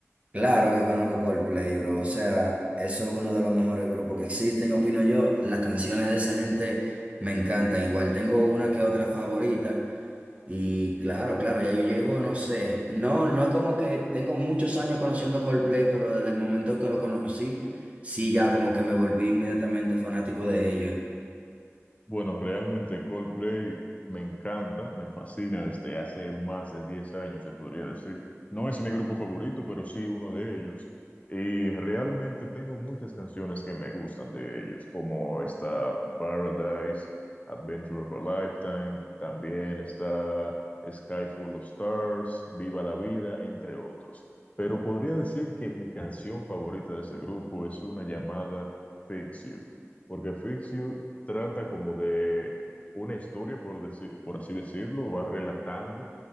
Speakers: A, on the right (about 25°); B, on the left (about 30°).
A: Claro que conozco Coldplay, bro. O sea, eso es uno de los mejores grupos que existen, opino yo. Las canciones de esa gente me encantan. Igual tengo una que otra favorita. Y claro, claro, ya yo llevo, no sé, no, no es como que tengo muchos años conociendo Coldplay, pero desde el momento que lo conocí, sí, ya como que me volví inmediatamente fanático de ellos.
B: Bueno, realmente Coldplay me encanta, me fascina desde hace más de 10 años, se podría decir. No es mi grupo favorito, pero sí uno de ellos. Y realmente tengo muchas canciones que me gustan de ellos, como está Paradise, Adventure of a Lifetime, también está Sky Full of Stars, Viva la Vida, entre otros. Pero podría decir que mi canción favorita de ese grupo es una llamada Fix You porque Fix You trata como de una historia, por decir, por así decirlo, va relatando